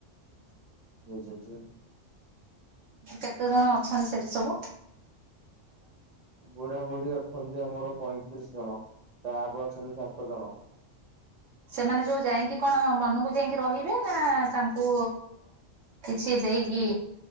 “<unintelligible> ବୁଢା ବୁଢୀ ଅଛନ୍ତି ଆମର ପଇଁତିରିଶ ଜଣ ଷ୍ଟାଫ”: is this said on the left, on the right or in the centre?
Right